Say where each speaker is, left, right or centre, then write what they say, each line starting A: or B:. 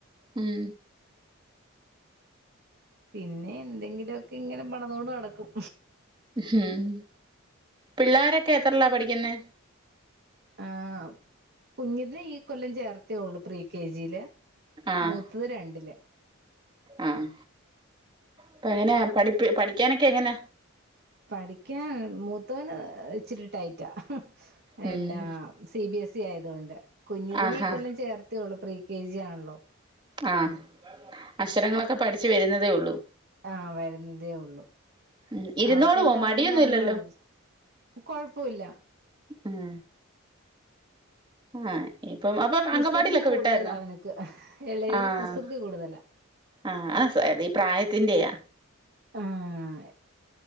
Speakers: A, on the right (about 20°); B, on the right (about 50°).
A: ഉം
B: പിന്നെ എന്തെങ്കിലൊക്കെ ഇങ്ങനെ പണിതോണ്ട് നടക്കും
A: ഹും പിള്ളോരൊക്കെ എത്രല്ലാ പഠിക്കുന്നെ
B: ആഹ് കുഞ്ഞിതിനെ ഈ കൊല്ലം ചേർത്തേള്ളൂ പ്രീ കെജിൽ
A: ആഹ്
B: മൂത്തത് രണ്ടില്
A: ആഹ് പ്പ എങ്ങനെയ പഠിപ്പ പഠിക്കാനൊക്കെ എങ്ങന
B: പഠിക്കാൻ മൂത്തവന് ഇച്ചിരി ടൈറ്റാ
A: ഉം
B: എന്നാ സിബിഎസ്ഇ ആയതോണ്ട് കുഞ്ഞതിനിനെ
A: ആഹാ
B: ഈ കൊല്ലം ചേർത്തെയുള്ളൂ പ്രീ കെജി ആണല്ലോ
A: ആഹ് അക്ഷരങ്ങളൊക്കെ പഠിച്ചുവരുന്നതേ ഉള്ളൂ
B: ആഹ് വരുന്നതേ ഉള്ളു
A: ഉം ഇരുന്നോളുവോ
B: അവർക്കെല്ലാം
A: മടിയൊന്നും
B: അവിടന്ന് തന്നെ
A: ഇല്ലല്ലോ
B: പഠിപ്പിച്ച കൊഴപ്പോല്ല
A: ഉം ആഹ് ഇപ്പം അപ്പം
B: കുസൃതി
A: അംഗവാടിയിലൊക്കെ
B: കൂടുതലാ
A: വിട്ടായിരുന്നോ
B: അവനക്ക് ഇളയതിന്
A: ആഹ്
B: കുസൃതി കൂടുതലാ
A: ആഹ് ആഹ് <unintelligible> ഈ പ്രായത്തിന്റെയാ
B: ആഹ്